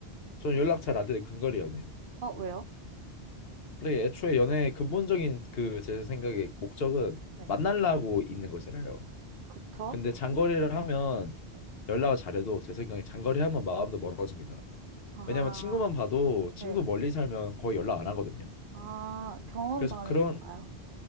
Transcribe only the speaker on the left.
저는 연락 잘 안 되는 근거리 연애요.
원래 애초에 연애의 근본적인 그 제 생각에 목적은
만나려고 있는 거잖아요.
근데 장거리를 하면
연락을 잘해도 제 생각에 장거리 하면 마음도 멀어집니다.
왜냐면 친구만 봐도 친구
멀리 살면 거의 연락 안 하거든요.
그래서 그런